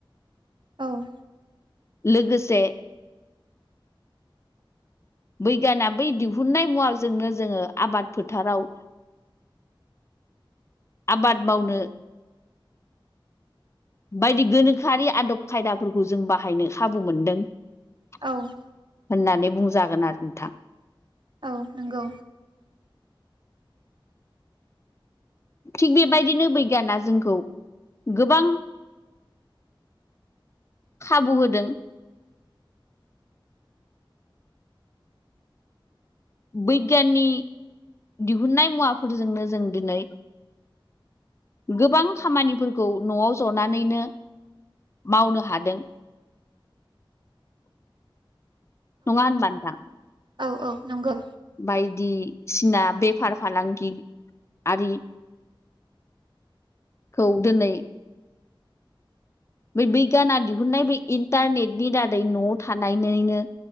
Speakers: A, on the right (about 60°); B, on the left (about 30°).
A: औ
B: लोगोसे बैगाना बै दिहुननाय मुवाजोंनो जोङो आबाद फोथाराव आबाद मावनो बायदि गोनोखोआरि आदब खायदाफोरखौ जों बाहायनो खाबु मोनदों। होननानै
A: औ
B: बुंजागोन आरो नोंथां।
A: औ नंगौ।
B: थिग बेबायदिनो बिगियाना जोंखौ गोबां खाबु होदों। बैगियाननि दिहुनन्नाय मुवाफोरजोंनो जों दिनै गोबां खामानिफोरखौ न'आव ज'नानैनो मावनो हादों। नङा होनबा नोंथां?
A: औ-औ नंगौ।
B: बायदिसिना बेफार फालांगियारि। औ दिनै बै बिगियाना दिहुननाय बे इन्टारनेटनि दारै न'आव थानायनो